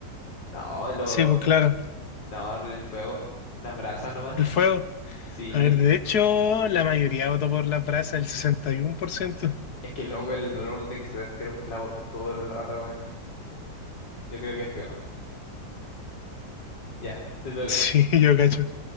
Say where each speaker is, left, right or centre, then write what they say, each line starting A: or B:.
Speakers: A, on the left; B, on the left.
A: No, lo,
B: Sí, pues claro,
A: no, el fuego, las brasas nomás.
B: el
A: <laughs>
B: fuego.
A: Sí,
B: A ver, de hecho, la mayoría votó por las brasas, el sesenta y uno por ciento <laughs>
A: es que loco el dolor de que se te entierre un clavo todo el rato, weón. Yo creo que es peor. Ya, te toca.
B: Sí, yo cacho.